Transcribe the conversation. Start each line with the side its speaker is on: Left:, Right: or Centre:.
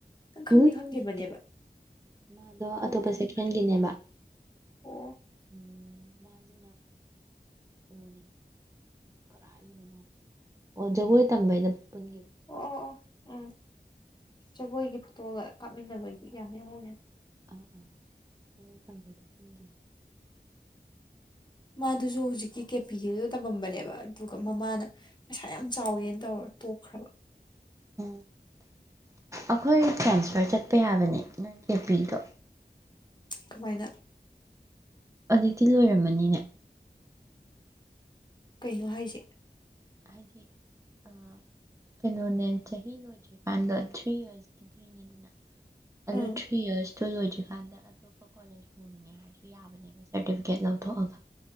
Left: ꯅꯪ ꯈꯪꯗꯤ
Right: ꯎꯝ
Left: ꯈꯪꯗꯦꯕꯅꯦꯕ
Right: ꯅꯠꯇꯦ ꯃꯥꯗꯣ
Left: ꯑꯣꯏꯗꯕ
Right: ꯑꯇꯣꯞꯄ ꯁꯦꯛꯁꯟꯒꯤꯅꯦꯕ
Left: ꯑꯣ
Right: ꯎꯝ ꯃꯅꯥ ꯃꯅꯥ ꯀꯗꯥꯥꯏꯗꯅꯣ ꯖꯒꯣꯏ ꯇꯝꯕꯩꯩꯅꯈꯤꯕ꯫
Left: ꯑꯣ ꯑꯣ ꯑꯣ ꯎꯝ ꯖꯒꯣꯏꯒꯤ ꯐꯣꯇꯣꯒ ꯀꯥꯞꯃꯤꯟꯅꯕꯗꯤ ꯌꯥꯝ ꯌꯥꯎꯋꯦ꯫
Right: ꯑꯥ ꯑꯥ <unintelligible>
Left: ꯃꯥꯗꯨꯁꯨ ꯍꯧꯖꯤꯛꯀꯤ ꯀꯦꯄꯤꯗꯨꯗ ꯇꯝꯃꯝꯕꯅꯦꯕ ꯑꯗꯨꯒ ꯃꯃꯥꯅ ꯄꯩꯁꯥ ꯌꯥꯝ ꯆꯥꯎꯋꯦꯅ ꯇꯧꯔ ꯇꯣꯛꯈ꯭ꯔꯕ꯫
Right: ꯎꯝ ꯑꯈꯣꯏ ꯇ꯭ꯔꯥꯟꯁꯐꯔ ꯆꯠꯄ ꯌꯥꯕꯅꯦ ꯅꯪ ꯀꯦ ꯄꯔꯤꯗꯣ꯫
Left: ꯀꯃꯥꯏꯅ
Right: ꯑꯗꯨꯛꯇꯤ ꯂꯣꯏꯔꯝꯃꯅꯤꯅꯦ
Left: ꯀꯩꯅꯣ ꯍꯥꯏꯁꯦ꯫
Right: <unintelligible> ꯀꯩꯅꯣꯅꯦ ꯆꯍꯤ ꯅ ꯑꯣꯏꯗ꯭ꯔꯤꯀꯥꯟꯗꯣ ꯊ꯭ꯔꯤ ꯌꯔꯁ ꯗꯤꯒ꯭ꯔꯤꯅꯤꯗꯅ꯫ ꯑꯗꯨ
Left: ꯑꯥ
Right: ꯊꯔꯤ ꯏꯌꯁ ꯑꯗꯨ ꯂꯣꯏꯗ꯭ꯔꯤꯀꯥꯟꯗ ꯑꯇꯣꯞꯄ ꯀꯣꯂꯦꯖ ꯍꯣꯡꯅꯤꯡꯉꯦ ꯍꯥꯏꯔꯁꯨ ꯌꯥꯕꯅꯦꯕ ꯁꯥꯔꯇꯤꯐꯤꯀꯦꯠ ꯂꯧꯊꯣꯛꯑꯒ